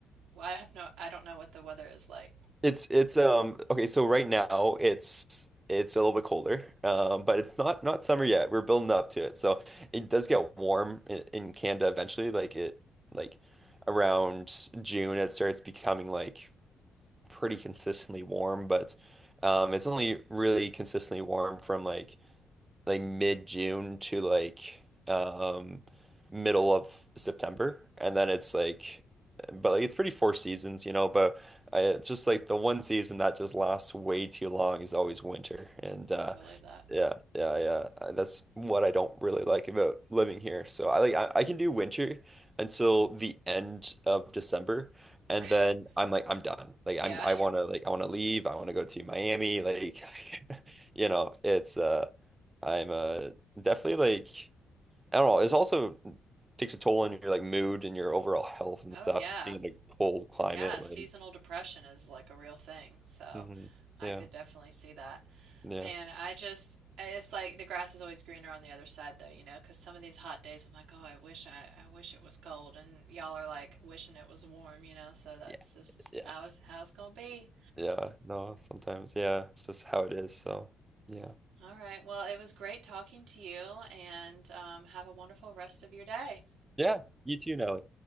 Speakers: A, on the right; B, on the right.
A: well, I have no, I don't know what the weather is like.
B: it's it's um okay, so right now it's it's a little bit colder. Um, but it's not not summer yet. We're building up to it. So it does get warm in, in Canada eventually. Like it like around June it starts becoming like pretty consistently warm, but um it's only really consistently warm from like like mid-June to like um middle of September and then it's like but like it's pretty four seasons, you know, but I it's just like the one season that just lasts way too long is always winter. And uh
A: I believe that.
B: yeah, yeah, yeah. uh, That's what I don't really like about living here. So I like I, I can do winter until the end of December. And
A: Okay.
B: then
A: <laughs>
B: I'm like, I'm done. Like
A: Yeah.
B: I'm, I want to like, I want to leave. I want to go to Miami. Like, <laughs> you know, it's uh, I'm uh definitely like I don't know. It's also takes a toll on your like mood and your overall health and
A: Oh
B: stuff.
A: yeah.
B: Being in a cold climate,
A: Yeah, seasonal
B: like
A: depression is like a real thing. So
B: hmm
A: I
B: yeah,
A: could definitely see that.
B: yeah,
A: Man, I just it's like the grass is always greener on the other side though, you know, 'cause some of these hot days I'm like, "Oh, I wish I I wish it was cold." And y'all are like wishing it was warm, you know. So that's
B: Yeah,
A: just
B: yeah.
A: how is how it's gonna be.
B: yeah. No, sometimes yeah, it's just how it is. So yeah,
A: All right. Well, it was great talking to you and um, have a wonderful rest of your day.
B: yeah. You too, Nelly.